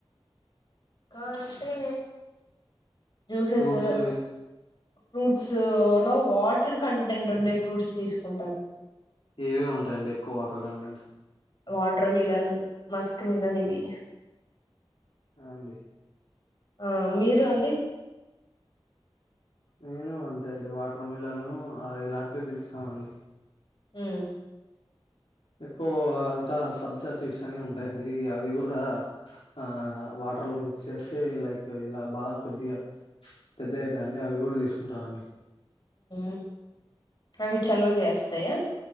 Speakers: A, on the left; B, on the left.
A: ఇంకా అంటే జూసేస్
B: ఫ్రూట్స్
A: ఫ్రూట్స్ లో వాటర్ కంటెంట్ ఉండే ఫ్రూట్స్ తీసుకుంటాను
B: ఏవేవి ఉంటాయండి quarter content
A: water melon Musk melon ఇవి
B: ఆ అండి
A: ఆ మీరు అండి
B: నేను అంతే అండి వాటర్ మిలను అ ఇలాంటివి తెలుసామండి
A: మ్
B: ఎక్కువ ఇంకా సబ్జా సీడ్స్ అని ఉంటాయి ఉంటాయి అండి అవి కూడా ఆ వాటర్ లో మిక్స్ చేసి, లైక్ ఇలా బాగా కొద్దిగా పెద్దగా అవుతుయి అండి అవి కూడా తీసుకుంటానండి.
A: మ్ అవి చలువ చేస్తాయా